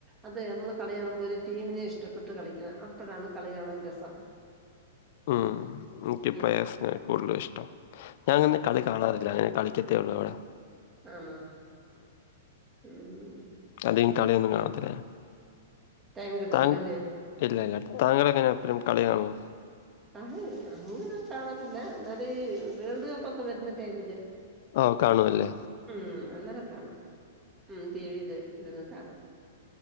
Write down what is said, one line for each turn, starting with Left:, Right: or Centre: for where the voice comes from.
Right: അതെ നമ്മള് കളി കാണുമ്പോ ഒരു ടീമിനെ ഇഷ്ടപ്പെട്ട് കളിക്കണം അപ്പഴാണ് കളി കാണാൻ രസം.
Left: ഉം എനിക്കിപ്ലേയേഴ്സിനെ
Right: ഉം
Left: കൂടുതലിഷ്ടം ഞാൻ നിന്ന് കളി കാണാറില്ല അങ്ങനെ കളിക്ക് വെള്ളോടെ
Right: ആണാ ഉം
Left: അധികം കളിയൊന്നും കാണത്തില്ലാ
Right: ടൈം കിട്ടത്തില്ലല്ലേ
Left: താങ്ക് ഇല്ലയില്ല താങ്കളെങ്ങനാ എപ്പഴും കളി കാണോ
Right: ആഹ് അങ്ങനൊന്നും കാണത്തില്ല എന്നാല് വേൾഡ് കപ്പക്ക വരുന്ന ടൈമില്
Left: ഓ കാണുവല്ലേ?
Right: ഊം അന്നേരം കാണും ഉം ടീവീല് ഇരുന്ന് കാണും